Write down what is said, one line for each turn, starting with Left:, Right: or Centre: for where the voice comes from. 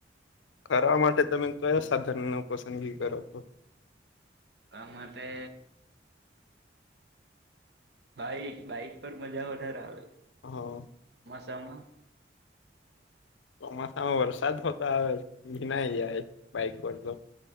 Left: ખ માટે તમે કયા સાધન ન પસંદગી કરો તો.
Right: આ મ તે. બાઈક બાઈક પર મજા વધારે આવે.
Left: હા.
Right: સમ.
Left: ચોમાસામાં વરસાદ હોતો આવે ભીના જાય બાઈક પર તો.